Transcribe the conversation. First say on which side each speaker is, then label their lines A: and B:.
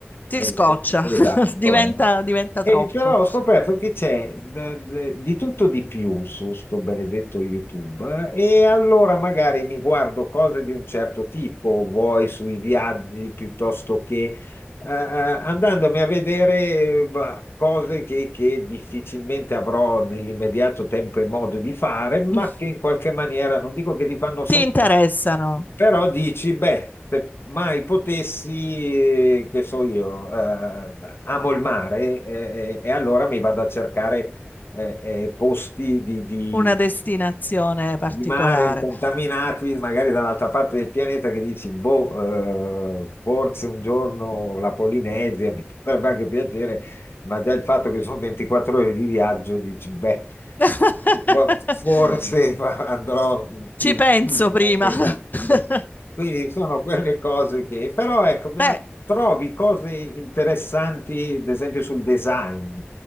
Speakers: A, on the left; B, on the left.
A: Ti
B: Eh,
A: scoccia,
B: Esatto,
A: <laughs> diventa,
B: eh.
A: diventa
B: E
A: troppo.
B: però ho scoperto che c'è d- d- di tutto di più su sto benedetto YouTube eh, e allora magari mi guardo cose di un certo tipo, vuoi sui viaggi piuttosto che eh, eh, andandomi a vedere eh, bah, cose che, che difficilmente avrò nell'immediato tempo e modo di fare, ma
A: <laughs>
B: che in qualche maniera non dico che ti fanno sognare,
A: ti interessano
B: però dici, beh, se mai potessi, eh, che so io, eh, amo il mare eh, eh, e allora mi vado a cercare eh, eh, posti di, di-
A: una destinazione particolare.
B: di mare incontaminati, magari dall'altra parte del pianeta, che dici, boh, eh, forse un giorno la Polinesia mi potrebbe anche piacere, ma già il fatto che sono 24 ore di viaggio, dici, beh.
A: <laughs>
B: Ma Forse <laughs> fa- andrò più
A: Ci penso
B: vivo,
A: prima.
B: esatto.
A: <laughs>
B: Quindi sono quelle cose che, però ecco, eh,
A: Beh,
B: trovi cose interessanti, ad esempio sul design,